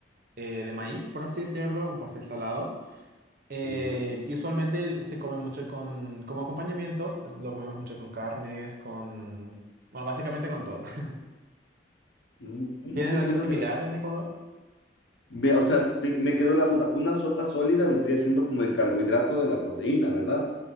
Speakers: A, on the right (about 50°); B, on the left (about 80°).
A: eh, de maíz, por así decirlo, un pastel salado. Eh,
B: Ya.
A: y usualmente se come mucho con, como acompañamiento, as- lo comemos mucho con carnes, con... Bueno, básicamente con todo. <laughs>
B: Mm,
A: ¿Tienen
B: qué
A: algo
B: interesante.
A: similar
B: O sea,
A: en Ecuador?
B: ve- o sea, te- me quedó la duda. Una sopa sólida vendría siendo como el carbohidrato de la proteína, ¿verdad?